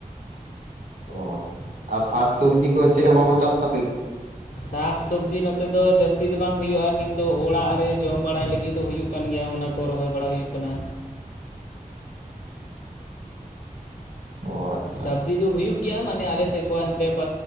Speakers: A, on the right; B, on the left.
A: ᱚ ᱟᱨ ᱥᱟᱠ ᱥᱚᱵᱽᱡᱤ ᱠᱚ ᱪᱮᱫ ᱦᱚᱸ ᱵᱟᱠᱚ ᱪᱟᱥ ᱛᱟᱯᱮ ᱜᱮᱭᱟ
B: ᱥᱟᱠ ᱥᱚᱵᱽᱡᱤ ᱱᱚᱛᱮ ᱫᱚ ᱡᱟᱹᱥᱛᱤ ᱫᱚ ᱵᱟᱝ ᱦᱩᱭᱩᱜᱼᱟ ᱠᱤᱱᱛᱩ ᱚᱲᱟᱜ ᱨᱮ ᱡᱚᱢ ᱵᱟᱲᱟᱭ ᱞᱟᱹᱜᱤᱫ ᱫᱚ ᱦᱩᱭᱩᱜ ᱦᱩᱭᱩᱜ ᱠᱟᱱ ᱜᱮᱭᱟ ᱚᱱᱟ ᱠᱚ ᱨᱚᱦᱚᱭ ᱵᱟᱲᱟ ᱦᱩᱭᱩᱜ ᱠᱟᱱᱟ᱾
A: ᱚ ᱟᱪᱪᱷᱟ
B: ᱥᱚᱵᱽᱡᱤ ᱫᱚ ᱦᱩᱭᱩᱜ ᱜᱮᱭᱟ ᱢᱟᱱᱮ ᱟᱞᱮᱥᱮᱫ ᱠᱷᱚᱱ ᱦᱟᱱᱛᱮ